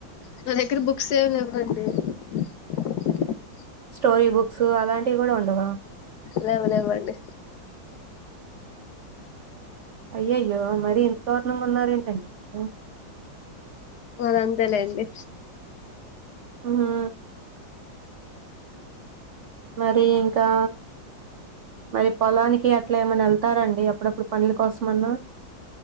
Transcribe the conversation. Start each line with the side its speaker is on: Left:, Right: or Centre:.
Left: నా దగ్గర బుక్స్ ఏమి లేవండి <inaudible>
Right: స్టోరీ బుక్స్ అలాంటివి కూడా ఉండవా
Left: లెవ్ లేవండి
Right: అయ్యయ్యో మర ఇంత దూారుణంగా ఉన్నారేంటండి మీరు
Left: మాదంతే లేండి
Right: హు మరి ఇంకా మరి పొలానికి అట్లా ఏమైనా వెళ్తారండి ఎప్పుడప్పుడు పనుల కోసమన్నా